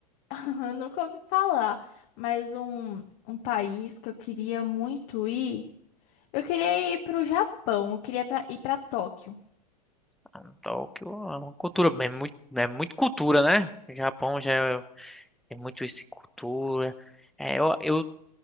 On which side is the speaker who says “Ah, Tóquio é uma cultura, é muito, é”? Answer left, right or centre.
Centre